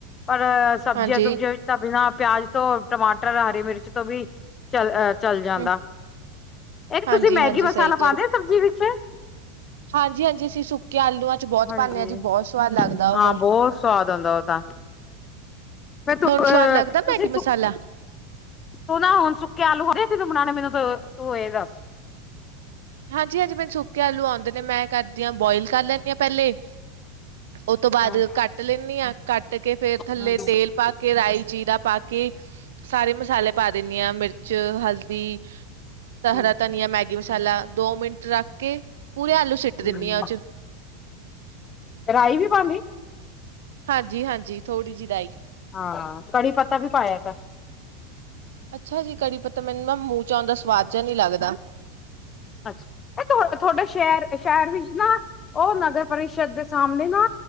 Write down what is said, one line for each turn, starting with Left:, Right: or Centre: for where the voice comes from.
Left: ਪਰ ਸਬਜ਼ੀਆਂ-
Right: ਹਾਂਜੀ
Left: ਸੁਬਜ਼ੀਆ ਤਾਂ ਬਿਨਾਂ ਪਿਆਜ ਤੋਂ ਟਮਾਟਰ, ਹਰੀ ਮਿਰਚ ਤੋਂ ਵੀ ਚਲਹ ਚਲ ਜਾਂਦਾ।
Right: ਹੂੰ
Left: ਇਹ
Right: ਹਾਂਜੀ
Left: ਤੁਸੀਂ ਮੈਗੀ
Right: ਹਾਂਜੀ
Left: ਮਸਾਲਾ
Right: ਸਹੀ ਕਿਹਾ
Left: ਪਾਂਦੇ ਹੋ ਸਬਜ਼ੀ ਵਿੱਚ।
Right: ਹਾਂਜੀ ਹਾਂਜੀ ਅਸੀਂ ਸੁੱਕੇ ਆਲੂਆਂ ਚ ਬਹੁਤ
Left: ਹਾਂਜੀ
Right: ਪਾਉਂਦੇ ਹਾਂ ਜੀ ਬਹੁਤ ਸਵਾਦ ਲੱਗਦਾ ਉਹ।
Left: ਹਾਂ ਬਹੁਤ ਸਵਾਦ ਹੁੰਦਾ ਉਹ ਤਾਂ। ਮੈਂ ਤੂੰਹ,
Right: ਤੁਹਾਨੂੰ ਸਵਾਦ
Left: ਅ
Right: ਲੱਗਦਾ
Left: ਤੁਸੀ
Right: ਮੈਗੀ ਮਸਾਲਾ
Left: ਤੂੰ ਨਾ ਹੁਣ ਸੁੱਕੇ ਆਲੂ ਖ ਤੀਨੂੰ ਬਣਾਣੇ, ਮੈਨੂੰ ਤੂੰ ਇਹ ਦੱਸ।
Right: ਹਾਂਜੀ-ਹਾਂਜੀ, ਮੈਨ ਸੁੱਕੇ ਆਲੂ ਆਉਂਦੇ ਨੇ, ਮੈਂ ਕਰਦੀ ਹਾਂ ਬੌਈਲ ਕਰ ਲੈਂਨੀ ਹਾਂ ਪਹਿਲੇ। ਉਹ ਤੋਂ ਬਾਅਦ
Left: ਹਮ
Right: ਕੱਟ ਲੇਨੀਂ ਆਂ, ਕੱਟਕੇ ਫੇਰ ਥੱਲੇ
Left: ਹਮ
Right: ਤੇਲ ਪਾਕੇ ਰਾਈ, ਜੀਰਾ ਪਾਕੇ ਸਾਰੇ ਮਸਾਲੇ ਪਾ ਦਿੰਨੀ ਆਂ, ਮਿਰਚ ਚ ਹਲਦੀ,
Left: ਹਮ
Right: ਹਰਾ ਧਨੀਆ, ਮੈਗੀ ਮਸਾਲਾ ਦੋ ਮਿੰਟ ਰੱਖਕੇ, ਪੂਰੇ ਆਲੂ ਸਿੱਟ ਦਿੰਨਾ
Left: ਹਮ
Right: ਆਂ, ਉਹ'ਚ।
Left: ਰਾਈ ਵੀ ਪਾਂਦੀ?
Right: ਹਾਂਜੀ-ਹਾਂਜੀ, ਥੋੜੀ ਜੀ ਰਾਈ।
Left: ਹਾਂ, ਕੜੀ ਪੱਤਾ ਵੀ ਪਾਇਆ ਕਰ।
Right: ਅੱਛਾ ਜੀ ਕੜੀ ਪੱਤਾ ਮੈਨੂੰ ਨਾ ਮੂੰਹ ਚ ਆਉਣ ਦਾ ਸਵਾਦ ਜਾ ਨੀ ਲੱਗਦਾ।
Left: ਅੱਛ ਇਹ ਤੁਹਾਡਾ ਸ਼ਹਿਰ, ਸ਼ਹਿਰ ਵਿੱਚ ਨਾ ਉਹ ਨਗਰ ਪਰਿਸ਼ਦ ਦੇ ਸਾਮਣੇ ਨਾ